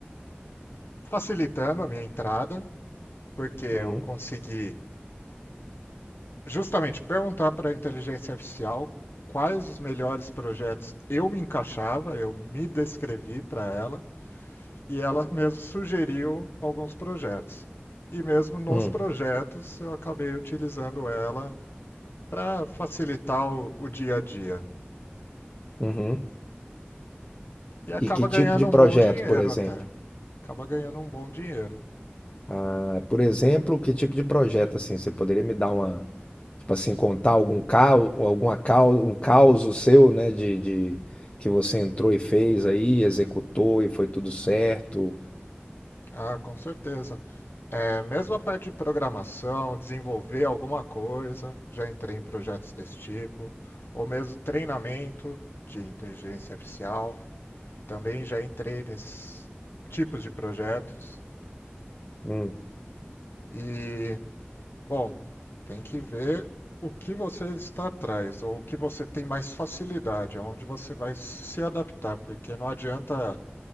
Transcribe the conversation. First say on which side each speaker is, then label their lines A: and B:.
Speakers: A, on the left (about 65°); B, on the left (about 35°).
A: facilitando a minha entrada, porque eu
B: Hum,
A: consegui justamente perguntar para a inteligência artificial quais os melhores projetos eu me encaixava, eu me descrevi para ela e ela mesmo sugeriu alguns projetos. E mesmo nos
B: hum,
A: projetos eu acabei utilizando ela para facilitar o, o dia a dia.
B: uhum.
A: E acaba
B: E que tipo
A: ganhando
B: de projeto,
A: um bom dinheiro
B: por exemplo?
A: até. Acaba ganhando um bom dinheiro.
B: Ah, por exemplo, que tipo de projeto assim? Você poderia me dar uma, tipo assim, contar algum caos, alguma caos, um caos seu, né, de, de- que você entrou e fez aí, executou e foi tudo certo?
A: Ah, com certeza. É, mesmo a parte de programação, desenvolver alguma coisa, já entrei em projetos desse tipo, ou mesmo treinamento de inteligência artificial, também já entrei nesses tipos de projetos.
B: Hum,
A: E, bom, tem que ver o que você está atrás, ou o que você tem mais facilidade, aonde você vai se adaptar, porque não adianta